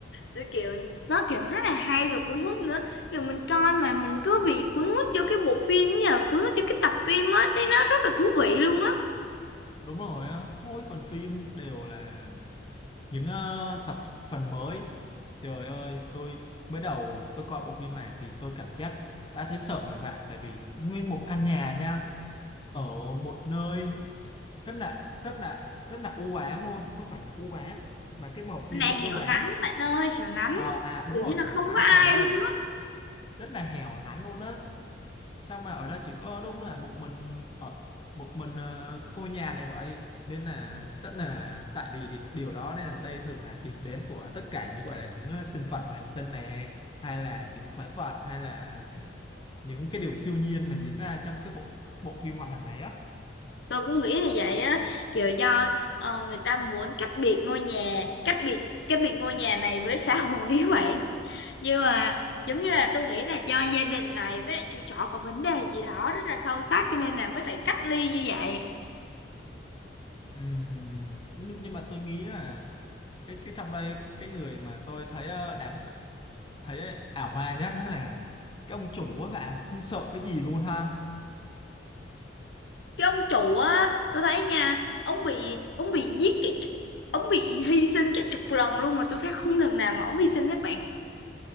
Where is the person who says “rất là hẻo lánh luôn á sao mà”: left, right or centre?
Left